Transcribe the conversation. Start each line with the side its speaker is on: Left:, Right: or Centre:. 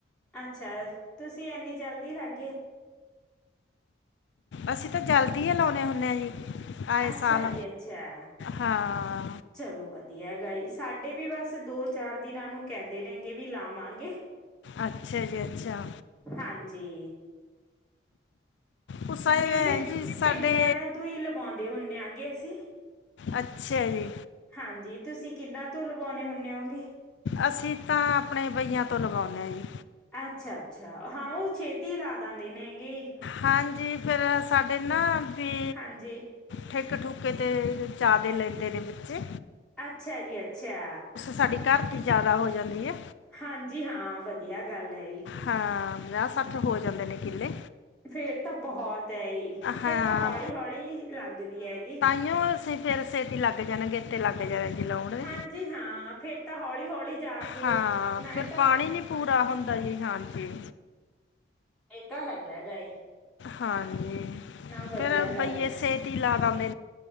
Centre: ਅੱਛਾ ਤੁਸੀਂ ਐੰਨੀ ਜਲਦੀ ਲੱਗ ਗਏ।
Left: ਅਸੀਂ ਤਾਂ ਜਲਦੀ ਏ ਲਾਉਣੇ ਹੁੰਨੇ ਜੀ ਆਏ
Centre: ਅੱਛਾ
Left: ਸਾਲ
Centre: ਜੀ ਅੱਛਾ
Left: ਹਾਂ।
Centre: ਚਲੋ ਵਧੀਆ ਹੈਗਾ ਏ ਸਾਡੇ ਵੀ ਬਸ ਦੋ ਚਾਰ ਦਿਨਾਂ ਨੂੰ ਕਹਿੰਦੇ ਨੇ ਗੇ ਵੇ ਲਾਵਾਂਗੇ।
Left: ਅੱਛਾ ਜੀ ਅੱਛਾ।
Centre: ਹਾਂਜੀ।
Left: ਉਹ ਸਾਹਿਬ
Centre: ਕਿਉਕਿ
Left: ਜੀ ਸਾਡੇ
Centre: ਪਿੰਡ ਵਾਲਿਆਂ ਤੋਂ ਹੀ ਲਵਾਉਂਦੇ ਹੁੰਦੇ ਆ ਗੇ ਅਸੀਂ।
Left: ਅੱਛਾ ਜੀ।
Centre: ਹਾਂਜੀ ਤੁਸੀਂ ਕਿੰਨਾ ਤੂੰ ਲਵਾਉਂਣੇ ਹੁੰਦੇ ਹੋਗੇ?
Left: ਅਸੀਂ ਤਾਂ ਆਪਣੇ ਬਈਆਂ ਤੋਂ ਲਵਾਉਦੇ ਹਾਂ ਜੀ।
Centre: ਅੱਛਾ ਅੱਛਾ ਹਾਂ ਉਹ ਛੇਤੀ ਲਾ ਦਿੰਦੇ ਨੇ ਗੇ।
Left: ਹਾਂਜੀ ਫੇਰ ਸਾਡੇ ਨਾ ਵੀ।
Centre: ਹਾਂਜੀ।
Left: ਠੇਕੇ ਠੂੁਕੇ ਤੇ ਜ਼ਿਆਦੇ ਲੈਂਦੇ ਨੇ ਬੱਚੇ।
Centre: ਅੱਛਾ ਜੀ ਅੱਛਾ।
Left: ਸਾਡੇ ਘਰ ਦੀ ਜ਼ਿਆਦਾ ਹੋ ਜਾਂਦੀ ਏ।
Centre: ਹਾਂਜੀ ਹਾਂ ਵਧੀਆ ਗੱਲ ਹੈ ਈ।
Left: ਹਾਂ ਪੰਜਾਹ ਸੱਠ ਹੋ ਜਾਂਦੇ ਨੇ ਕਿਲੈ।
Centre: ਫੇਰ ਤਾਂ ਬਹੁਤ ਅਹੀ
Left: ਹਾਂ
Centre: ਫੇਰ ਤਾਂ ਹੌਲੀ ਹੌਲੀ ਲੱਗਦੀ ਹੈਗੀ।
Left: ਤੇ ਹੋਰ ਫਿਰ ਸੇਤੀ ਲਗ ਜਾਣਗੇ। ਤੇ ਲਾਗੇ ਜਾਏਗੀ ਲਾਉਣ। ਦੇ
Centre: ਹਾਂਜੀ ਹਾਂ ਫੇਰ ਤਾਂ ਹੌਲੀ ਹੌਲੀ ਜਾ ਕੇ
Left: ਹਾਂ
Centre: ਨਾਲੇ
Left: ਫਿਰ ਪਾਣੀ ਨੀ ਪੂਰਾ ਹੁੰਦਾ ਜੀ ਹਾਂਜੀ।
Centre: ਇਹ ਤਾਂ ਹੈਗਾ ਜਾਈ।
Left: ਹਾਂਜੀ
Centre: ਵਧੀਆ
Left: ਫੇਰ
Centre: ਗੱਲ
Left: ਬਈਏ
Centre: ਹੈ
Left: ਸੇਟੀ ਲਾ ਲੈਂਦੇ।